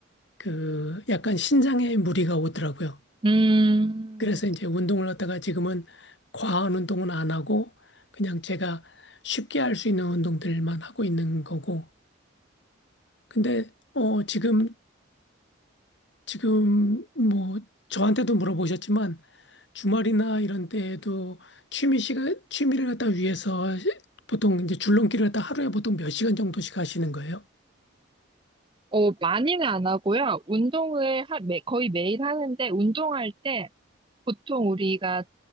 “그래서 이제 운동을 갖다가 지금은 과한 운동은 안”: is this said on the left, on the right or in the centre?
Left